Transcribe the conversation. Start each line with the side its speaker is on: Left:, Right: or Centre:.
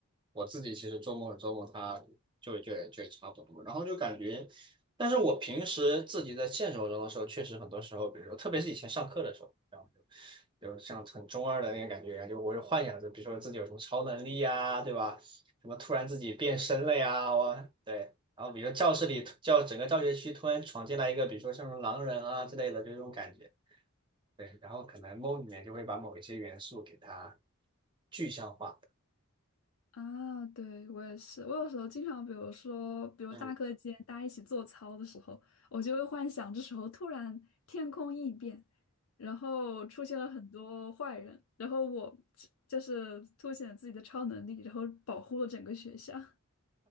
Right: 我自己其实周末做梦，他就就就也差不多，然后就感觉，但是我平时自己在现实生活中的时候，确实很多时候，比如说特别是以前上课的时候，然后就有像很中二的那个感觉一样，就我就幻想着，比如说自己有什么超能力呀，对吧？什么突然自己变身了呀，我对。然后比如说教室里教整个教学区突然闯进来一个，比如说像什么狼人啊之类的，就这种感觉。对，然后可能梦里面就会把某一些元素给它具象化。
Left: 啊，对，我也是。我有时候经常，比如说，比如大课间大家一起做操的时候，
Right: 嗯。
Left: 我就会幻想这时候突然天空异变，然后出现了很多坏人，然后我就是凸显自己的超能力，然后保护了整个学校。